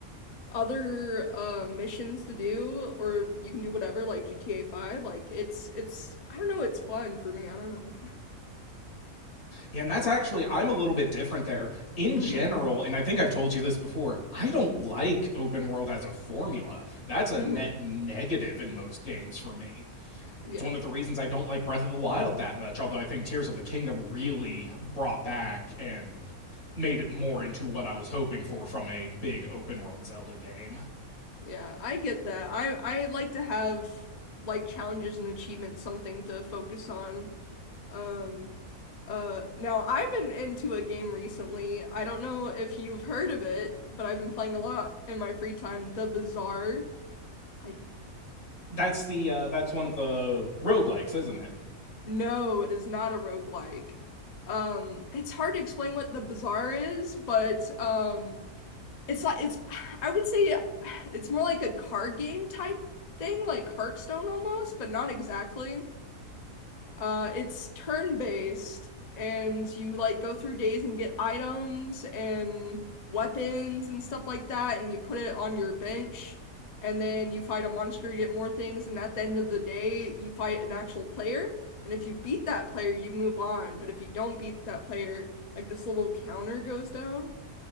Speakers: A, on the left (about 35°); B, on the left (about 90°).
A: other uh, missions to do, or you can do whatever, like GTA 5. Like it's it's I don't know, it's fun for me. I don't know. <laughs>
B: Yeah, and that's actually, I'm a little bit different there. In
A: Mm-hmm.
B: general, and I think I've told you this before, I don't like open world as a formula. That's a
A: Mm-hmm.
B: net negative in most games for me.
A: Yeah.
B: It's one of the reasons I don't like Breath of the Wild that much, although I think Tears of the Kingdom really brought back and made it more into what I was hoping for from a big open world Zelda game.
A: Yeah, I get that. I I like to have like challenges and achievements, something to focus on. Um, uh, now I've been into a game recently. I don't know if you've heard of it, but I've been playing a lot in my free time. The Bazaar. I
B: That's the uh, that's one of the roguelikes, isn't it?
A: no, it is not a roguelike. Um, it's hard to explain what the Bazaar is, but um, it's like it's. I would say it's more like a card game type thing, like Hearthstone almost, but not exactly. Uh, it's turn-based, and you like go through days and get items and weapons and stuff like that, and you put it on your bench, and then you fight a monster, you get more things, and at the end of the day, you fight an actual player. And if you beat that player, you move on. But if you don't beat that player, like this little counter goes down.